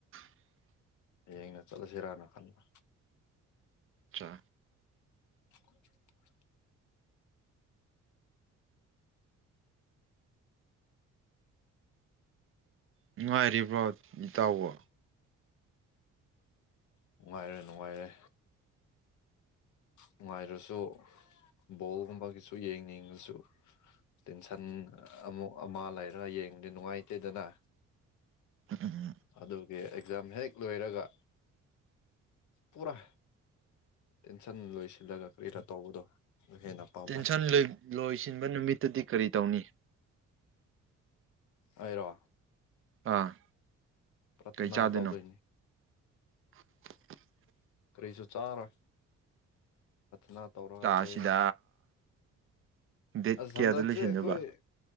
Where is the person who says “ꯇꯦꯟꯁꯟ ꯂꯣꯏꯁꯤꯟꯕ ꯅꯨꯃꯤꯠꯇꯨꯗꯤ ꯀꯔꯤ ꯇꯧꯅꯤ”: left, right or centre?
Right